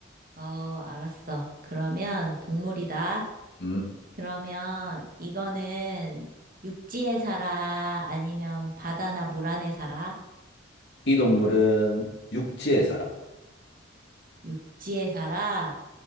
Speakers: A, on the right; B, on the left.
A: 어, 알았어. 그러면 동물이다.
B: 음,
A: 그러면 이거는 육지에 살아? 아니면 바다나 물 안에 살아?
B: 이 동물은 육지에 살아.
A: 육지에 살아?